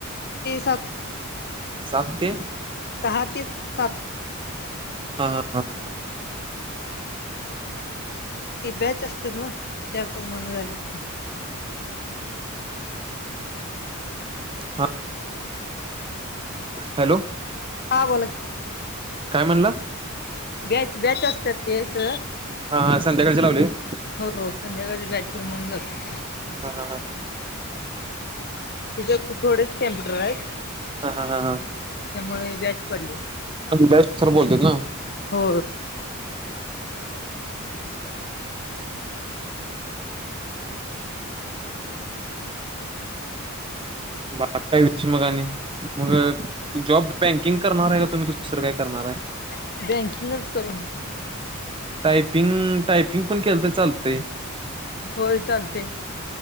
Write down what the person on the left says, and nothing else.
सात
सहा ते सात.
ती बॅच असत्यात ना, त्याप्रमाणे जायला लागते.
हा बोला की.
बॅच बॅच असत्यात ते हित.
हो, संध्याकाळच्या बॅच प्रमाणे जातो.
तिच्या कडे थोडेच कम्प्युटर आहेत?
त्यामुळे बॅच पडलेत.
हो.
बँकिंगच करून
होय चालतंय.